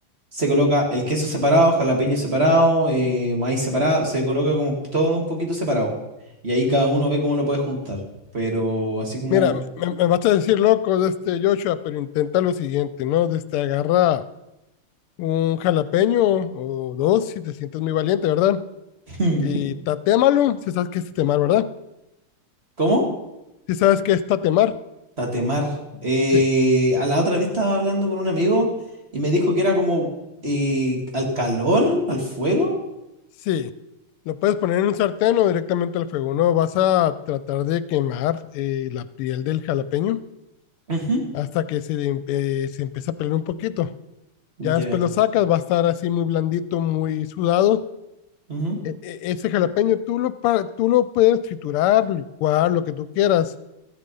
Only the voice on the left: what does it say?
Mira, me, me vas a decir loco de este Joshua, pero intenta lo siguiente, ¿no? De este, agarra un jalapeño o dos si te sientes muy valiente, ¿verdad?
Y tatémalo, si sabes que es tatemar, ¿verdad?
Si sabes que es tatemar,
sí,
sí. Lo puedes poner en un sartén o directamente al fuego, ¿no? Vas a tratar de quemar eh, la piel del jalapeño
hasta que se, em- eh, se empiece a pelar un poquito. Ya
después lo sacas, va a estar así muy blandito, muy sudado.
E- e- Ese jalapeño tú lo, pa- tú lo puedes triturar, licuar, lo que tú quieras.